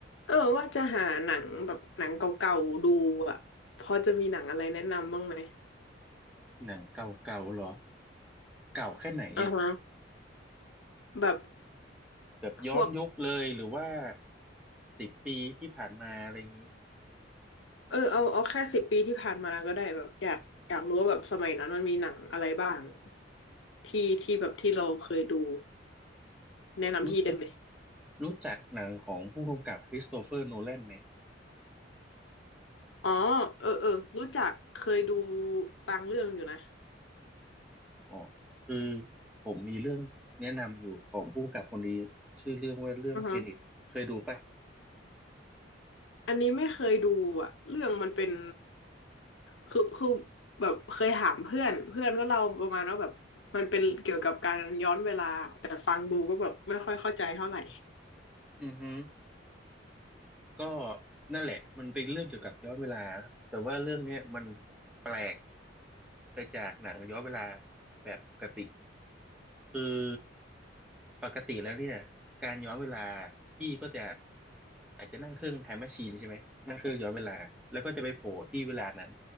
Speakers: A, on the left; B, in the centre.
A: เออว่าจะหาหนังแบบหนังเก่าๆดูอ่ะพอจะมีหนังอะไรแนะนำบ้างไหม
B: หนังเก่าๆเหรอ เก่าแค่ไหนเนี่ย
A: อ่าฮะแบบ
B: แบบย้อนยุคเลยหรือว่า
A: พวก
B: สิบปีที่ผ่านมาอะไรอย่างนี้
A: เออเอาเอาแค่สิบปีที่ผ่านมาก็ได้แบบอยากอยากรู้ว่าแบบสมัยนั้นมันมีหนังอะไรบ้างที่ที่แบบที่เราเคยดูแนะนำพี่ได้ไหม
B: รู้จักรู้จักหนังของผู้กำกับคริสโตเฟอร์โนแลนไหม
A: อ๋อเออเออรู้จักเคยดูบางเรื่องอยู่นะ
B: อ๋อคือผมมีเรื่องแนะนำอยู่ของผู้กำกับคนนี้ชื่อเรื่องว่าเรื่องเทเน็ตเคยดูปะ
A: อือฮะ อันนี้ไม่เคยดูอ่ะเรื่องมันเป็น คือคือแบบเคยถามเพื่อนเพื่อนก็เล่าประมาณว่าแบบมันเป็นเกี่ยวกับการย้อนเวลาแต่ฟังดูก็แบบไม่ค่อยเข้าใจเท่าไหร่
B: อือฮึ ก็นั่นแหละมันเป็นเรื่องเกี่ยวกับย้อนเวลาแต่ว่าเรื่องเนี้ยมันแปลกไปจากหนังย้อนเวลาแบบปกติคือปกติแล้วเนี่ยการย้อนเวลาพี่ก็จะอาจจะนั่งเครื่องไทม์แมชชีนใช่ไหมนั่งเครื่องย้อนเวลาแล้วก็จะไปโผล่ที่เวลานั้น